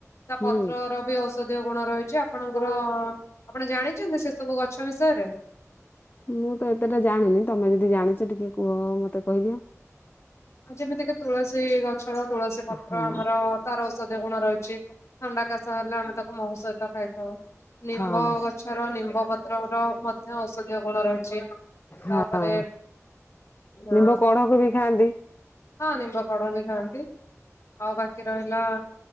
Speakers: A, on the left (about 60°); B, on the left (about 35°).
A: ତା
B: ହୁଁ।
A: ପତ୍ର ର ବି ଓ ଔଷଧୀୟ ଗୁଣ ରହିଛି ଆପଣଙ୍କର, ଆପଣ ଜାଣିଛନ୍ତି ସେ ସବୁ ଗଛ ବିଷୟରେ?
B: ମୁଁ ତ ଏତେଟା ଜାଣିନି ତମେ ଯଦି ଜାଣିଛ ଟିକେ କୁହ ମତେ କହିଦିଅ।
A: ଆ ଯେମିତିକି ତୁଳସୀ ଗଛର ତୁଳସୀ ପତ୍ର
B: ହଁ
A: ଆମର ତାର ଔଷଧୀୟ ଗୁଣ ରହି ହିଛି, ଥଣ୍ଡା କାଶ ହେଲେ ଆମେ ତାକୁ ମହୁ ସହିତ ଖାଇଥାଉ। ନିମ୍ବ
B: ହଁ
A: ଗଛର ନିମ୍ବ ପତ୍ର ର ମଧ୍ୟ ଔଷଧୀୟ ଗୁଣ ରହିଛି। ତାପରେ
B: ହଁ
A: ଅ
B: ନିମ୍ବ କଢକୁ ବି ଖାଆନ୍ତି।
A: ହଁ ନିମ୍ବ କଢ଼ ବି ଖାଆନ୍ତି। ଆଉ ବାକି ରହିଲା